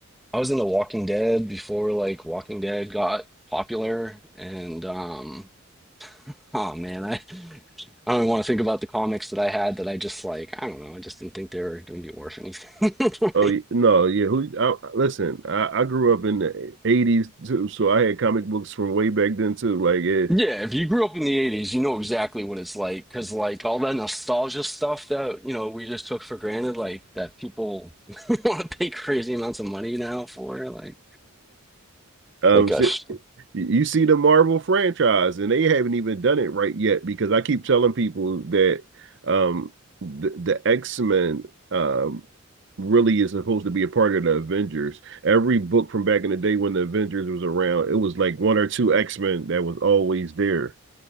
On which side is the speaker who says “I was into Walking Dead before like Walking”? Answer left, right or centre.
Centre